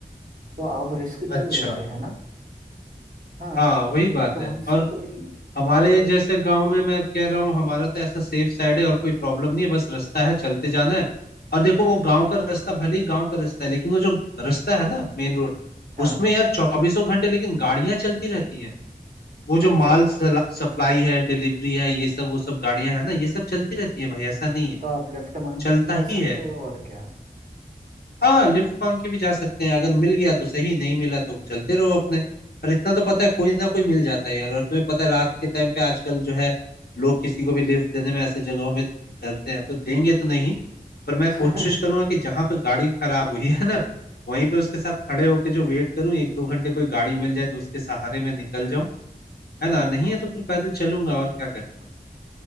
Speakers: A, on the right; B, on the left.
A: तो आप रिस्क क्यों
B: अच्छा
A: लेते हैं ना हाँ
B: हाँ वही बात
A: तो हम
B: है और
A: सिंपली
B: हमारे
A: क्या कर
B: जैसे गांव में मैं कह रहा हूँ हमारा तो ऐसा सेफ साइड है और कोई प्रॉब्लम नहीं है बस रास्ता है चलते जाना है और देखो वो गांव का रास्ता भले ही गांव का रास्ता है लेकिन वो जो रास्ता है ना मेन रोड
A: हाँ
B: उसमें यार चौबीसों घंटे लेकिन गाड़ियां चलती रहती हैं वो जो
A: अच्छा
B: माल सप्लाई है डिलीवरी है ये सब वो सब गाड़ियां है ना ये सब चलती रहती है भाई ऐसा नहीं है
A: तो आप लेफ्ट मांग
B: चलता
A: के भी जा
B: ही
A: सकते
B: है
A: हो और क्या
B: हाँ लिफ्ट मांग के भी जा सकते हैं अगर मिल गया तो सही नहीं मिला तो चलते रहो अपने पर इतना तो पता है कोई ना कोई मिल जाता है यार और तुम्हें पता है रात के टाइम पे आजकल जो है लोग किसी को भी लिफ्ट देने में ऐसे जगहों में डरते हैं तो देंगे तो नहीं पर मैं
A: <laughs>
B: कोशिश करूंगा कि जहां पे गाड़ी खराब हुई है ना वहीं पे उसके साथ खड़े होके जो वेट करूं एक दो घंटे कोई गाड़ी मिल जाए तो उसके सहारे मैं निकल जाऊं है ना नहीं है तो फिर पैदल चलूंगा और क्या करूंगा